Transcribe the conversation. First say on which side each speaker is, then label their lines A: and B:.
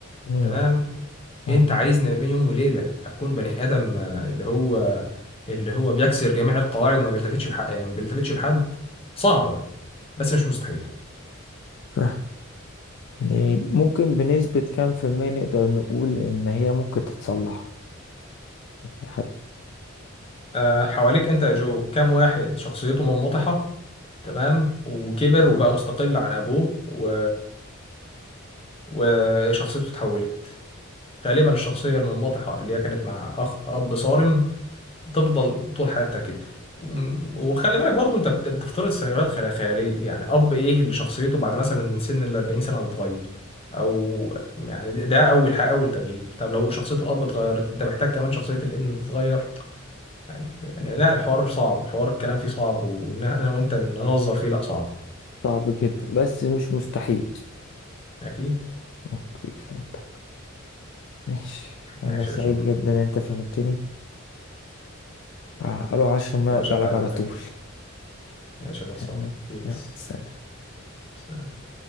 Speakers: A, on the left; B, on the left.
A: مم.
B: تمام
A: اه
B: انت عايزني بين يوم وليله اكون بني ادم آه، اللي هو اللي هو بيكسر جميع القواعد وما بيلتفتش لحق ما بيلتفتش لحد صعبه بس مش مستحيل
A: أيوة. يعني ممكن بنسبة كام في المية نقدر نقول إن هي ممكن تتصلح يعني حتى
B: آه، حواليك انت يا جو كام واحد شخصيته منبطحه تمام وكبر وبقى مستقل عن ابوه و... وشخصيته اتحولت غالبا الشخصيه المنبطحه اللي هي كانت مع اخ اب صارم تفضل طول حياتك كده وم- وخلي بالك برضو انت بت- بتفترض سيناريوهات خيال- خياليه يعني اب ايه اللي شخصيته بعد مثلا سن ال 40 سنه هتتغير او يعني ده ده اول حاجه اول تغيير طب لو شخصيه الاب اتغيرت انت محتاج كمان شخصيه الابن تتغير يعني يعني لا الحوار صعب الحوار الكلام فيه صعب وان انا وانت ننظر فيه لا صعب
A: صعب جدا بس مش مستحيل
B: اكيد
A: أوكي فهمتك ماشي أنا
B: ماشي
A: سعيد
B: يا جو
A: جدا إن أنت فهمتني أروح أشرب مية
B: يا
A: وأرجع
B: باشا انت
A: لك
B: على
A: على
B: دماغي
A: طول
B: ماشي غلصان
A: يعني
B: بيس
A: يلا سلام
B: سلام.